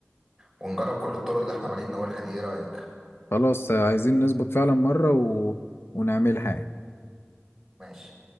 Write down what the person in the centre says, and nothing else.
ونجرب كل الطرق اللي احنا عمالين نقولها دي ايه رأيك
ماشي